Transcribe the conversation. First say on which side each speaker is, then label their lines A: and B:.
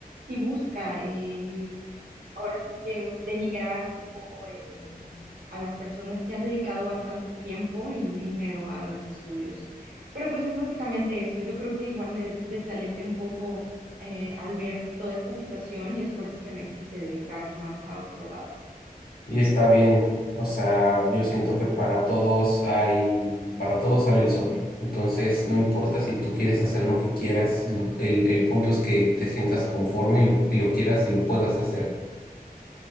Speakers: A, on the right; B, on the left.
A: sí busca, eh, ahora sí que un- denigrar un poco eh, eh, a las personas que han dedicado bastante tiempo y dinero a los estudios. Pero pues es básicamente eso. Yo creo que igual me des- desalenté un poco eh, al ver toda esta situación y es por eso que me quise dedicar más a otro lado.
B: Y está bien, o sea, yo siento que para todos hay, para todos sale el sol. Entonces, no importa si tú quieres hacer lo que quieras, lo- el, el punto es que te sientas conforme y lo, y lo quieras y lo puedas hacer.